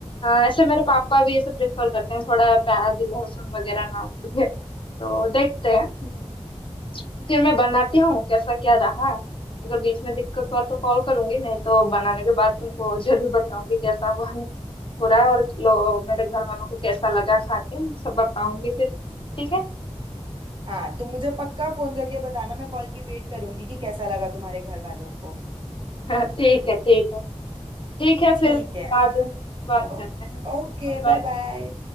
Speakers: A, on the left (about 50°); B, on the right (about 45°).
A: अ, ऐसे मेरे पापा भी ये सब प्रेफर करते हैं थोड़ा प्याज लहसुन वगैरह ना डाले तो देखते हैं हम्म। फिर मैं बनाती हूँ कैसा क्या रहा अगर बीच में दिक्कत हुआ तो कॉल करूंगी नहीं तो बनाने के बाद तुमको <laughs> जरूर बताऊंगी कैसा हुआ पूरा और लो मेरे घर वालों को कैसा लगा खा के सब बताऊंगी फिर ठीक है
B: हाँ तो मुझे पक्का फोन करके बताना मैं कॉल की वेट करूंगी कि कैसा लगा तुम्हारे घर वालों को
A: <laughs> ठीक है ठीक है ठीक है
B: ठीक
A: फिर
B: है
A: बाद
B: <laughs>
A: बात
B: ओ-
A: करते हैं
B: ओके
A: Bye bye
B: बाय बाय